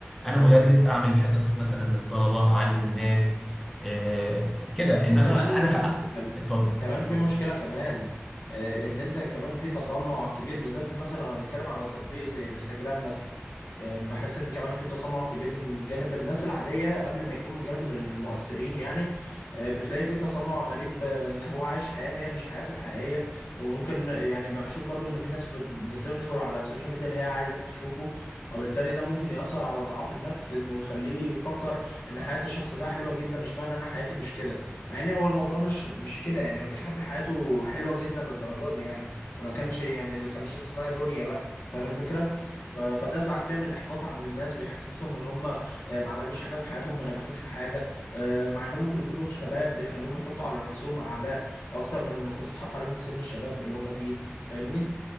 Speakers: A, in the centre; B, on the left (about 75°).
A: انا
B: ايوه
A: مدرس اعمل حصص مثلا للطلبه اعلم الناس آه، كده انما
B: كمان
A: انا ف...
B: كم-
A: اتفضل
B: كمان في
A: اتفضل
B: مشكلة كمان آه، ان انت كمان في تصنع كبير بالذات مثلا لو هنتكلم على تطبيق زي انستجرام مثلا يعني بحس ان كمان في تصنع كبير من جانب الناس العادية قبل ما يكون من جانب المؤثرين يعني آه، بتلاقي في تصنع غريب آه، ان هو عايش حياة هي مش حياته الحقيقية وممكن يعني بشوف برضو ان في ناس بت- بتنشر على السوشيال ميديا اللي هي عايزاك تشوفه وبالتالي ده ممكن يأثر على ضعاف النفس انه يخليه يفكر ان حياة الشخص ده حلوة جدا اشمعنى انا حياتي مش كده مع ان هو الموضوع مش مش كده يعني ما فيش حد حياته حلوه جدا للدرجه دي يعني ما كانش يعني ما كانش اسمها دنيا بقى فاهم الفكره ف- فده ساعات بيعمل احباط عند الناس بيحسسهم ان هم آه، ما عملوش حاجه في حياتهم ما نجحوش في حاجه آه، مع انهم ممكن يكونوا شباب بيخلوهم يحطوا على نفسهم اعباء اكتر من المفروض يتحط عليهم في سن الشباب اللي هم فيه فاهمني